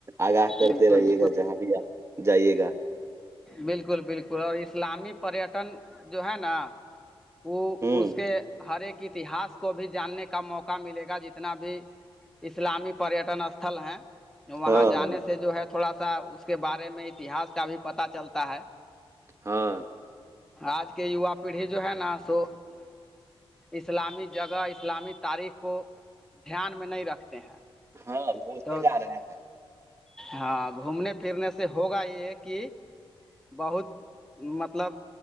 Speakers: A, on the right (about 30°); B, in the centre.
A: آگاہ کرتے
B: بالکل
A: رہیے
B: بالکل
A: گا جہاں بھی آپ جائیے گا
B: بالکل بالکل اور اسلامی پریٹن جو ہے نا وہ
A: ہوں
B: اس کے ہر ایک اتہاس کو بھی جاننے کا موقع ملے گا جتنا بھی اسلامی پریٹن اسھل ہیں وہاں
A: ہاں
B: جانے
A: ہاں
B: سے جو ہے تھوڑا سا اس کے بارے میں اتہاس کا بھی پتا چلتا ہے
A: ہاں
B: آج کے یوا پیڑھی جو ہے نا سو اسلامی جگہ اسلامی تاریخ کو دھیان میں نہیں رکھتے ہیں
A: ہاں بھولتے
B: تو
A: جا رہا ہے
B: ہاں گھومنے پھرنے سے ہوگا یہ کہ بہت مطلب